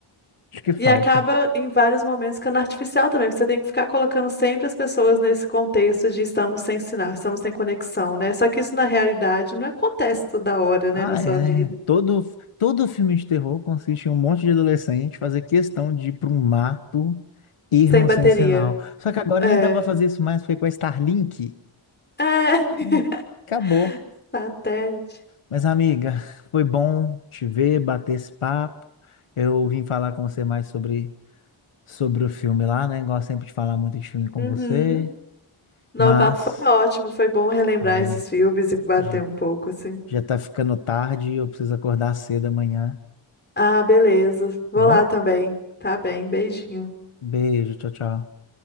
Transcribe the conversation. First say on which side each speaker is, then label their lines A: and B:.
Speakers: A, on the left; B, on the left.
A: acho que falta.
B: E acaba em vários momentos ficando artificial também, porque você tem que ficar colocando sempre as pessoas nesse contexto de estamos sem sinal, estamos sem conexão, né? Só que isso na realidade não acontece toda hora, né,
A: Ah,
B: na sua
A: é.
B: vida,
A: né? Todo, todo filme de terror consiste em um monte de adolescente fazer questão de ir para um mato, irmos
B: sem bateria.
A: sem sinal. Só que agora
B: É.
A: nem dá para fazer isso mais, porque é com a Starlink,
B: É. <laughs>
A: hum, acabou.
B: Satélite.
A: Mas, amiga, foi bom te ver, bater esse papo. Eu vim falar com você mais sobre, sobre o filme lá, né? Gosto sempre de falar muito de filme com
B: Uhum.
A: você,
B: Não,
A: mas
B: o papo foi ótimo, foi bom relembrar
A: é,
B: esses filmes e bater
A: já,
B: um pouco, assim.
A: já tá ficando tarde e eu preciso acordar cedo amanhã,
B: Ah, beleza. Vou
A: tá bom?
B: lá também. Tá bem, beijinho.
A: Beijo, tchau, tchau.